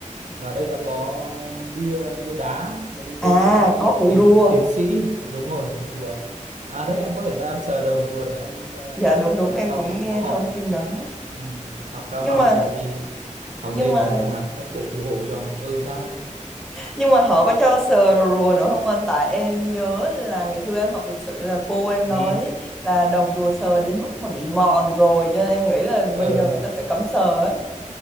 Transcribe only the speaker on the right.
và đây là có bia bia đá nó ghi
tên những cái
vị
tiến
tiến sĩ Ờ, đúng rồi cùng rùa à đấy em có thể ra em sờ đầu rùa để em ờ,
mai
sau
mà
có học
ừ, học cao
học
hay là đi học
lên
thì may mắn các cụ phù hộ cho ừ sao em
ừ
ờ